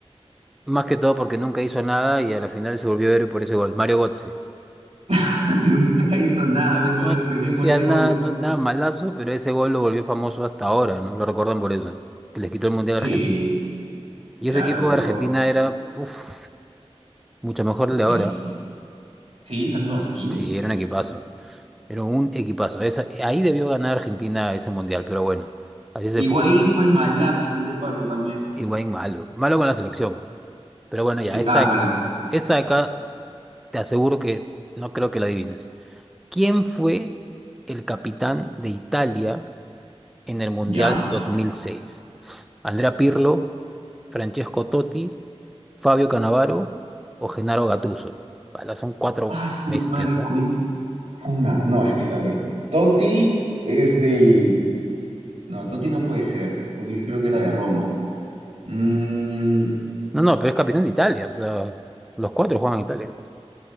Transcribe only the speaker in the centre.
Más que todo porque nunca hizo nada y a la final se volvió héroe por ese gol. Mario Götze.
No,
no sea
nada,
no, nada malazo, pero ese gol lo volvió famoso hasta ahora, ¿no? Lo recuerdan por eso. Que les quitó el Mundial a
Argentina. Y
ese equipo
de Argentina era, uf, mucho mejor
el de ahora.
Sí, era un equipazo. Era un equipazo. Esa- ahí debió ganar Argentina ese Mundial, pero bueno, así es
el fútbol.
Igual malo. Malo con la selección. Pero bueno, ya,
esta,
esta de acá te aseguro que no creo que la adivines. ¿Quién fue el capitán de Italia en el Mundial
2006? ¿Andrea Pirlo, Francesco Totti, Fabio Cannavaro o Gennaro Gattuso? Pala, son cuatro
bestias,
¿ah?
No, no, pero es capitán de Italia, o sea, los cuatro juegan en Italia.